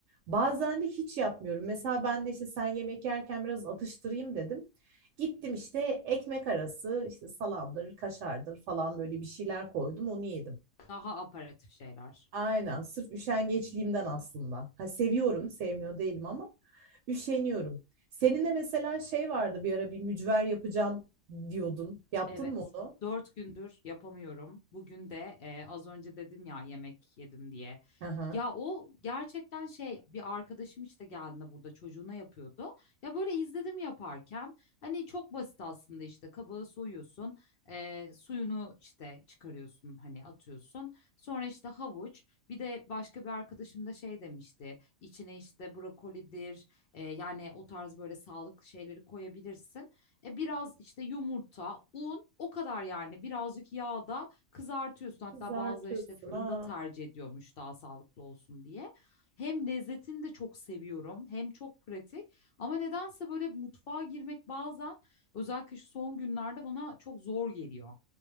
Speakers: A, on the right (about 65°); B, on the left (about 60°).
A: Bazen de hiç yapmıyorum. Mesela ben de işte sen yemek yerken biraz atıştırayım dedim. Gittim işte ekmek arası işte salamdır, kaşardır falan böyle bir şeyler koydum onu yedim.
B: Daha aparatif şeyler.
A: Aynen sırf üşengeçliğimden aslında. Ha seviyorum, sevmiyor değilim ama üşeniyorum. Senin de mesela şey vardı bir ara bir mücver yapacağım diyordun. Yaptın
B: Evet.
A: mı onu?
B: Dört gündür yapamıyorum. Bugün de e, az önce dedim ya yemek yedim diye.
A: Hı hı.
B: Ya o gerçekten şey bir arkadaşım işte geldiğinde burada çocuğuna yapıyordu. Ya böyle izledim yaparken hani çok basit aslında işte kabağı soyuyorsun e, suyunu işte çıkarıyorsun hani atıyorsun. Sonra işte havuç bir de başka bir arkadaşım da şey demişti içine işte brokolidir e, yani o tarz böyle sağlıklı şeyleri koyabilirsin. E, biraz işte yumurta, un o kadar yani birazcık yağda kızartıyorsun. Hatta
A: Kızartıyorsun.
B: bazıları işte fırında
A: Ha.
B: tercih ediyormuş daha sağlıklı olsun diye. Hem lezzetini de çok seviyorum hem çok pratik ama nedense böyle mutfağa girmek bazen özellikle şu son günlerde bana çok zor geliyor.